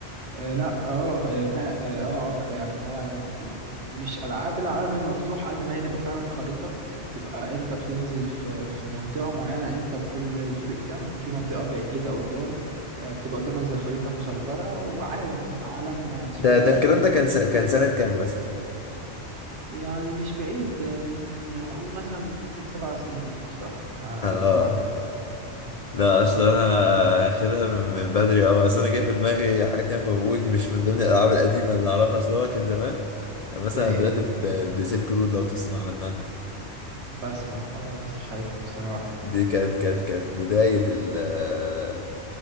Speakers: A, on the right; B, on the left.
A: آه، لا اه آه، ما اه اه آه، يعني هو ال- مش العاب العالم المفتوح قد ما هي تبقى فعلا خريطه تبقى انت بتنزل في في منطقه معينه انت وكل الفريق بتاعك وفي منطقه بعيده قدام آه، بتبقى قدامك زي خريطه مصغره وعالم عالم آه، ثلاثي
B: ده ده
A: الابعاد
B: الكلام ده كان س... كان سنه كام مثلا
A: يعني مش بعيد من آه، قول مثلا من ست سبع سنين صراحه آه، ست
B: اه
A: سبع ت- سن- مم،
B: لا
A: ست سبع
B: اصل
A: سنين
B: انا هاخدها من من بدري اوي اصل انا جاي في دماغي حاجات تانية فبقول دي مش من ضمن الالعاب القديمه اللي اعرفها اصل هو كان زمان يعني مثلا
A: زي ايه
B: بدات ب- بسلك رود لو تسمع عنها
A: بسمع اه بس مش عارفها بصراحه
B: دي كانت كانت كانت بدايه ال